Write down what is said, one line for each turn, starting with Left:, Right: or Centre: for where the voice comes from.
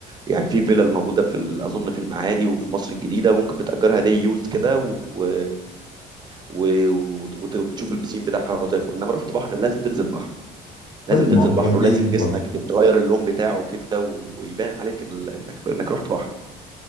Right: يعني في فيلا الموجودة في ال- أظن في المعادي وفي مصر الجديدة ممكن بتأجرها دي يوز كده و... و... وت- وت- وتشوف البسين بتاعها زي الفل إنما رحت بحر لازم تنزل بحر لازم
Left: حلو
Right: تنزل
Left: الموضوع
Right: بحر
Left: الجيد
Right: ولازم جسمك
Left: برضه
Right: تتغير اللون بتاعه كده ويبان عليك إن- إنك إنك رحت بحر